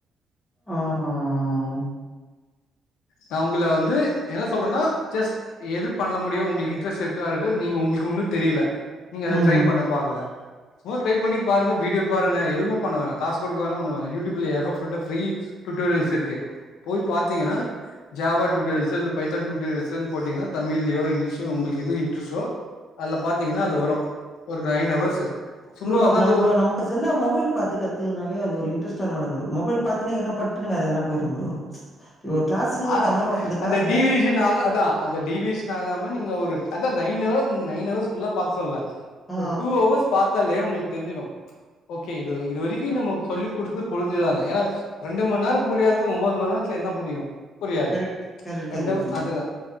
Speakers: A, on the left (about 20°); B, on the left (about 85°).
A: ஆஹ்
B: நா உங்கள வந்து என்ன சொல்றன்னா ஜஸ்ட் எது பண்ண முடியு உங்களுக்கு இன்ட்ரெஸ்ட் இருக்காதது நீங்க உங்களுக்கு ஒன்னு தெரியல நீங்க அத
A: ம்
B: ட்ரை பண்ண பாக்கல சும்மா ஒரு ட்ரை பண்ணி பாருங்க வீடியோ பாருங்க எதுவு பண்ணவேணா காசு கொடுக்க வேணா ஒண்ணு வேணா யூடுயுப்ல ஏகப்பட்ட ஃபிரீ டுட்டோரியல்ஸ் இருக்கு போய் பாத்தீங்கன்னா ஜாவா டுட்டோரியல்ஸு பைத்தான் டுட்டோரியல்ஸ் ன்னு போட்டிங்கனா தமிழ் ல யோ இங்லிஸ்லயோ உங்களுக்கு எது இன்ட்ரஸ்ட்டோ அதுல பாத்தீங்கன்னா அது வரு ஒரு நைன் ஹவர்ஸ் சும்மா
A: ப்ரோ அது
B: உக்காந்து
A: நம்ப நம்ப செல்ல மொபைல் பாத்துக் கத்துக்றதுனாவே அது ஒரு இன்ட்ரெஸ்ட் வர மாட்டிக்குது ப்ரோ மொபைல் பாத்துனே இருக்றனா பட்டுனு வேற எதனா போயிர்றே ப்ரோ இப்போ ஒரு கிளாஸுக்குன்னு
B: அதா
A: போனா கிளாஸ்ல
B: அந்த டீவியேஷன் ஆகா அதா அந்த டீவியேஷன் ஆகாம நீங்க ஒரு நைன் அர் நைன் அவர்ஸ் ஃபுல்லா பாக்க சொல்லுல
A: ஆ
B: ஒரு டூ அவர்ஸ் பாத்தாலே உங்களுக் தெரிஞ்சிடும் ஓகே இது இது வரைக்கும் நம்ம சொல்லி் குடுத்து புரிஞ்சுதானு ஏன்னா ரெண்டு மண் நேரம் புரியாதது ஒம்போது மணி நேரத்துல என்ன புரியும் புரியாது
A: கரெக்ட் கரெக்ட்
B: ரெண்டும்
A: கரெக்ட் ப்ரோ
B: அதுதான்